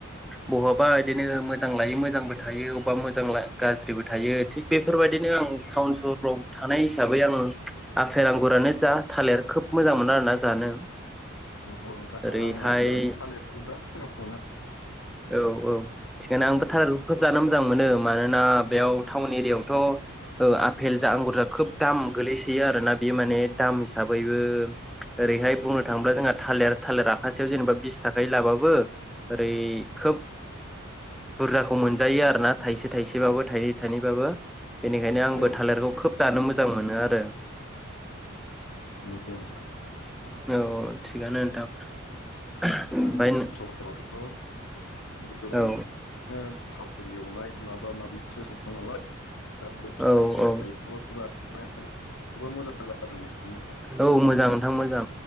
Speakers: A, in the centre; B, on the left.
A: बहाबा इदिनो मोजां लायै मोजांबो थायो अबेबा मोजां ला गाज्रिबो थायो थिग बेफोरबादिनो आं टाउन सहरफोराव थानाय हिसाबै आं आफेल आगुरानो जा थालिर खोब मोजां मोनो आरोना जानो।
B: नंगौ नोंथां
A: ओरैहाय
B: आंनाबो थालिरखौ बिराद मोजां
A: औ औ थिगानो आंबो थालिरखौ खोब जानो मोजां मोनो मानोना बेयाव टाउन एरियाायावथ' आपेल जा आंगुर जा खोब दाम गोगलैसोयो आरोना बे माने दाम हिसाबैबो ओरैहाय बुंनो थाङोब्ला जोंहा थालिर थालिर आखासेयाव जेनेबा बिसथागायै लाबाबो ओरै खोब बुरजाखौ मोनजायो आरोना थाइसे थाइसेबाबो थायनै थाइनैबाबो बेनिखायनो आंबो
B: मोनो
A: थालिरखौ
B: नंगौ
A: खोब जानो मोजां मोनो आरो।
B: नोंथां नंगौ नोंथां।
A: औ थिगानो नोंथां। ओमफ्राय
B: सहरावथ' गोबां
A: औ
B: ओ थावजों एवनाय माबा माबिसो सङो नालाय। दा बे फिथाइ
A: औ
B: सामथायखौ
A: औ
B: जानो जोबोद मोजां। जादों नोंथांनिया
A: औ मोजां नोंथां मोजां